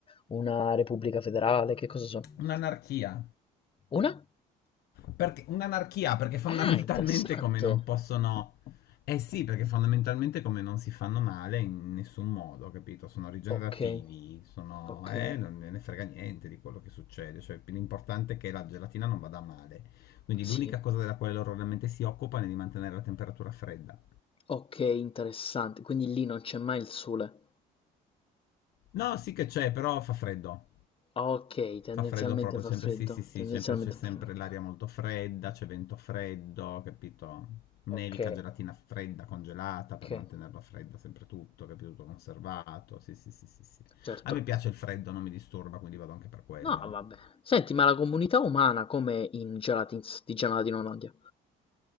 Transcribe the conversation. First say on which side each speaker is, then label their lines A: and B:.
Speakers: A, on the left; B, on the left.
A: una repubblica federale, che cosa sono?
B: Un'anarchia.
A: Una?
B: Perché, un'anarchia perché fondamentalmente
A: Ah, interessante.
B: come non possono... Eh sì, perché fondamentalmente come non si fanno male in nessun modo, capito? Sono rigenerativi,
A: Okay,
B: sono...
A: okay.
B: Eh, non me ne frega niente di quello che succede. Cioè, l'importante è che la gelatina non vada male. Quindi l'unica
A: Sì.
B: cosa della quale loro realmente si occupano è di mantenere la temperatura fredda.
A: Okay, interessante. Quindi lì non c'è mai il sole.
B: No, sì che c'è, però fa freddo.
A: Okay, tendenzialmente
B: Fa freddo proprio,
A: fa
B: sempre
A: freddo,
B: sì, sì, sì,
A: tendenzialmente
B: sempre, c'è sempre
A: fa freddo.
B: l'aria molto fredda, c'è vento freddo, capito? Nevica
A: O okay,
B: gelatina fredda, congelata per
A: okay.
B: mantenerla fredda, sempre tutto, capito? Tutto conservato, sì, sì, sì, sì, sì.
A: Certo.
B: A me piace il freddo, non mi disturba, quindi vado anche per quello.
A: No, vabbè. Senti, ma la comunità umana com'è in Gelatins di Gelatina Olanda?